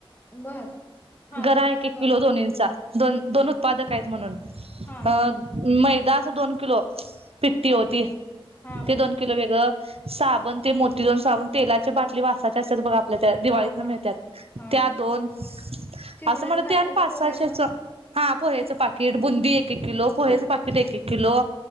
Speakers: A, on the left; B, on the right.
A: बर हा
B: गरा
A: दोन
B: एक एक
A: दोन
B: किलो दोनंचा दोन दोन उत्पादक आहेत म्हणून
A: हा
B: अ म दास दोन किलो पि्टी
A: हा
B: होती
A: हा होयच
B: ते दोन
A: काय
B: किलो वेगळं साबण ते मोती दोन साबण तेला बाटली वासाचे असतात बघ आपल्या त्या दिवाळीत
A: हा
B: न
A: हा
B: मिळतात
A: हा
B: त्या दोन
A: चिवड्याच
B: असं म्हणत
A: पॅकेट पोह्याचं
B: हा पोहेचं पाकीिट बुंदी एक एक किलो पोहेचं पाकीिट एक एक किलो